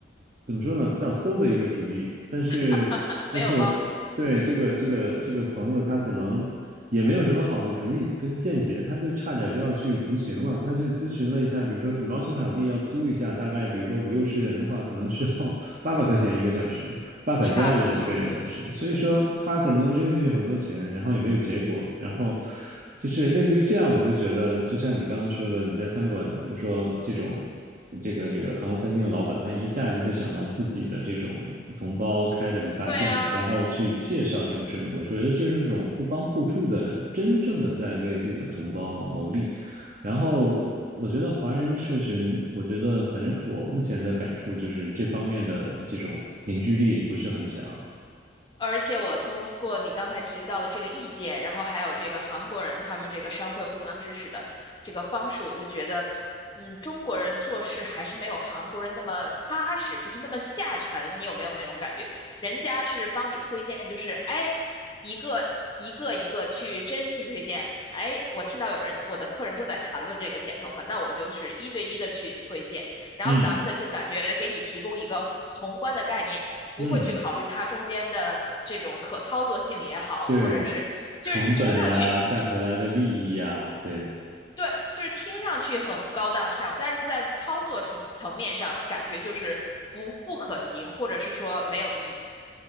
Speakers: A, on the right; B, on the left.
A: 怎么说呢，比较馊的一个主意。但是，
B: <laughs>
A: 但是我对这个这个这个朋友，
B: 没有帮助。嗯，
A: 他可能也没有什么好的主意跟见解，他就差点就要去执行了。他去咨询了一下，比如说羽毛球场地要租一下，大概比如说五六十人的话，可能需要 <laughs> 八百块钱一个小时。八百加元一个月小时，
B: 差不多。
A: 所以说他可能扔进去很多钱，
B: 嗯，
A: 然后也没有结果，然后就是类似于这样，我就觉得就像你刚刚说的，你在餐馆，比如说这种这个这个韩国餐厅的老板，他一下就会想到自己的这种同胞开的理发店，
B: 对呀、
A: 然后去介绍这种生意，我觉得这是一种互帮互助的，真正的在为自己的同胞谋利。然后我觉得华人社群，我觉得反正我目前的感触就是这方面的这种凝聚力不是很强。
B: 而且我通过你刚才提到的这个意见，然后还有这个韩国人他们这个商会互相支持的这个方式，我就觉得，嗯，中国人做事还是没有韩国人那么踏实，就是那么下沉。你有没有那种感觉？人家是帮你推荐，就是哎，一个一个一个去真心推荐。哎，我听到有人，我的客人正在谈论这个剪头发，那我就是一对一的去推荐。然后咱们的就感觉给你提供一个宏观的概念，
A: 嗯
B: 不会去考虑它中间的这种可操作性也好，
A: 嗯，对，
B: 或者是就是你听上去
A: 成本呀，带回来的利益呀，对，
B: 对，就是听上去很高大上，但是在操作层层面上感觉就是不不可行，或者是说没有意义。